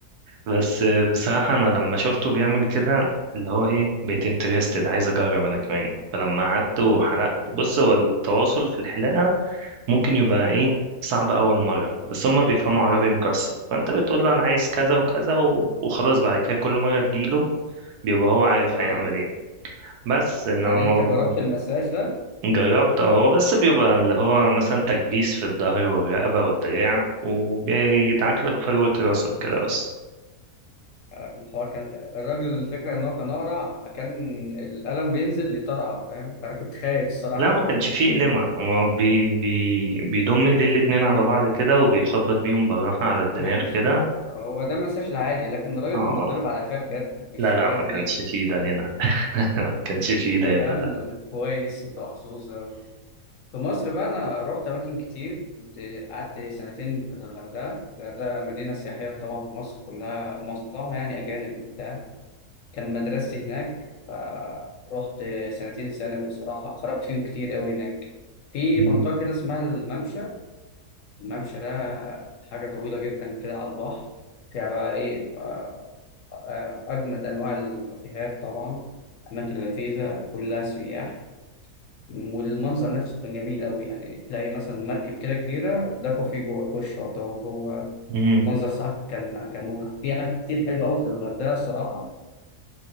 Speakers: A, on the right; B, on the left.
A: بس بصراحة أنا لما شفته بيعمل كده اللي هو إيه بقيت انترستد عايز أجرب أنا كمان فلما قعدت وحلقت بص هو التواصل في الحلاقة ممكن يبقى إيه صعب أول مرة بس هما بيفهموا
B: آه
A: عربي مكسر فأنت بتقول له أنا عايز كذا وكذا و... وخلاص بعد كده كل مرة تجيله بيبقى هو عارف
B: آه
A: هيعمل إيه بس إنما
B: يعني
A: موضوع
B: أنت جربت
A: ال-
B: المساج ده؟
A: جربت أه، هو بس بيبقى اللي هو مثلا تكبيس في الظهر والرقبة والدراع وبيدعك
B: آه
A: لك فروة راسك كده بس
B: الحوار كان الراجل الفكرة إن هو كان أقرع فكان القلم بينزل يطرقع فاهم فأنا كنت خايف الصراحة
A: لا ما كانش فيه قلمة هو بي بي بيضم ايدي الاتنين على بعض كده وبيخبط بيهم بالراحة على الدماغ
B: ماشي
A: كده
B: هو ده مساج العادي لكن الراجل
A: اه آه.
B: كان بيتضرب على قفاه بجد مش
A: لا لا
B: فاهم
A: ما كانش
B: ليه
A: فيه ده
B: يعني
A: هنا <laughs> ما كانش فيه ده
B: طب يا
A: هنا
B: عم
A: لا
B: كويس أنت محظوظ أوي. في مصر بقى أنا رحت أماكن كتير كنت قعدت سنتين في الغردقة الغردقة مدينة سياحية طبعا في مصر كلها معظمها يعني أجانب وبتاع كان مدرستي هناك فرحت سنتين ثانوي صراحة خرجت فيهم كتير أوي هناك في
A: مم.
B: منطقة كده اسمها الممشى الممشى ده حاجة طويلة جدا كده على البحر فيها بقى إيه آه، آه، أجمد أنواع الكافيهات طبعا أماكن لذيذة كلها سياح والمنظر نفسه كان جميل أوي يعني تلاقي مثلا مركب كده كبيرة ده كافيه جوه في الشاطئ وجوه
A: مم.
B: المنظر صح كان كان مبهر في أماكن كتير حلوة أوي في الغردقة الصراحة